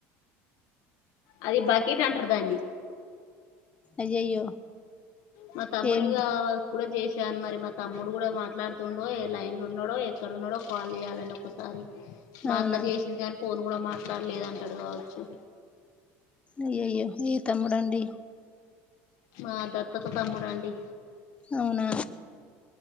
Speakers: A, on the left (about 65°); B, on the left (about 20°).
A: అది బకెట్ అంటారు దాన్ని
B: అయ్యయ్యో
A: మా తమ్మునివి
B: ఏం
A: గావ కూడా చేసాను మరి మా తమ్ముడు కూడా మాట్లాడుతుండో, ఏ లైన్ లో ఉన్నాడో, ఎక్కడ ఉన్నాడో, కాల్ చేయాలండి ఒకసారి. మా
B: అవునా
A: అక్క చేసిందిగాను ఫోన్ కూడా మాట్లాడలేదు అంటాడు కావచ్చు
B: అయ్యయ్యో నీ తమ్ముడా అండి
A: మా దత్తత తమ్ముడండి
B: అవునా